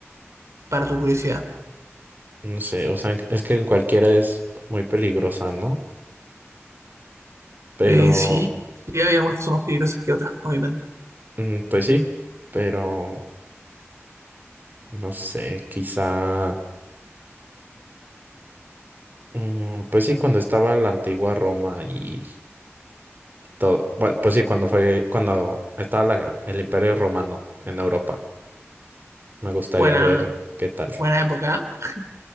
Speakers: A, on the right; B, on the right.
A: para tu curiosidad.
B: no sé, o sea, es que en cualquiera es muy peligrosa, ¿no? Pero,
A: Eh, sí, sí, hay algunas que son más peligrosas que otras, obviamente.
B: mm, pues sí, pero, no sé, quizá, mm, pues sí, cuando estaba la antigua Roma y todo, bu- pues sí, cuando fue, cuando estaba la- el Imperio Romano en Europa, me gustaría
A: Buena,
B: ver qué tal.
A: buena época, ¿eh?